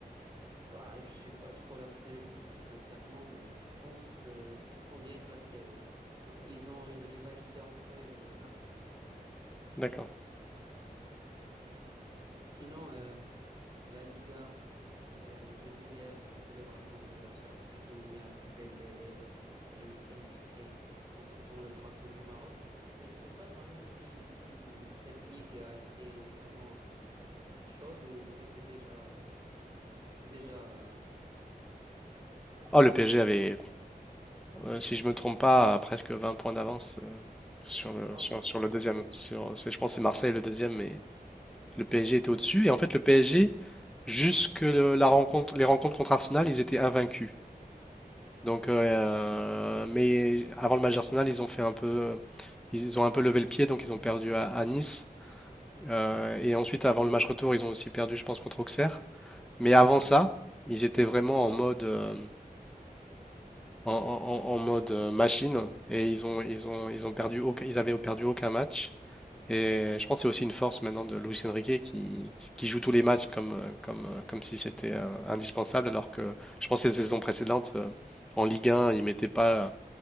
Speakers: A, on the right; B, in the centre.
A: Bah, je suis pas trop la scène, sincèrement, mais je pense que qu'ils sont bien classés. euh. Ils sont- ils ont une rivalité entre eux et Nasser, je pense.
B: D'accord.
A: Sinon, euh, la Liga, euh, j'ai vu hier euh, la célébration de Achraf Hakimi avec Dembélé et Luis Enrique en portant le drapeau du Maroc. Mais je ne sais pas vraiment si, si cette ligue a été vraiment euh, Chaude ou c'était déjà... C'était déjà...
B: Oh, le PSG avait, euh, si je me trompe pas, à presque 20 points d'avance euh, sur le,
A: Ah
B: sur,
A: ouais,
B: sur
A: quasiment.
B: le deuxième. Sur, c'est- je pense que c'est Marseille le deuxième, mais le PSG était au-dessus. Et en fait, le PSG, jusque le- la rencontre, les rencontres contre Arsenal, ils étaient invaincus. Donc, euh, euh, mais avant le match d'Arsenal, ils ont fait un peu, euh, ils ont un peu levé le pied, donc ils ont perdu à, à Nice. Euh, et ensuite, avant le match retour, ils ont aussi perdu, je pense, contre Auxerre. Mais avant ça, ils étaient vraiment en mode, euh, en, en- en en mode euh, machine, et ils ont, ils ont, ils ont perdu, aucun- ils avaient perdu aucun match. Et je pense que c'est aussi une force maintenant de Luis Enrique qui, qui joue tous les matchs comme, euh, comme, euh, comme si c'était euh, indispensable, alors que je pense que les saisons précédentes, euh, en Ligue 1, il mettait pas